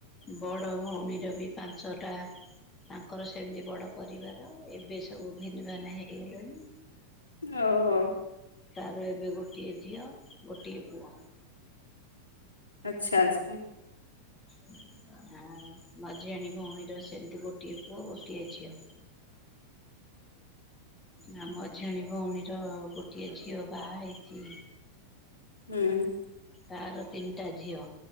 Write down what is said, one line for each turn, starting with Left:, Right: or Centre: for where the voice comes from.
Left: ବଡ ଭଉଣୀର ବି ପାଞ୍ଚଟା, ତାଙ୍କର ସେମିତି ବଡ ପରିବାର। ଏବେ ବେ ସବୁ ଭିନ୍ ଭାନ୍ ହେଇଗଲେଣି।
Right: ଓହୋ।
Left: ତାର ଏବେ ଗୋଟିଏ ଝିଅ, ଗୋଟିଏ ପୁଅ।
Right: ଆଚ୍ଛା, ଆଚ୍ଛା।
Left: <inaudible> ଆଉ ମଝିଆଣୀ ଭଉଣୀର ସେମିତି ଗୋଟିଏ ପୁଅ, ଗୋଟିଏ ଝିଅ।
Right: <inaudible>
Left: ଆମ ମାଝିଆଇଁ ଭଉଣୀର ଗୋଟିଏ ଝିଅ ବାହା ହେଇଛି।
Right: ହୁଁ।
Left: ତାର ତିନିଟା ଝିଅ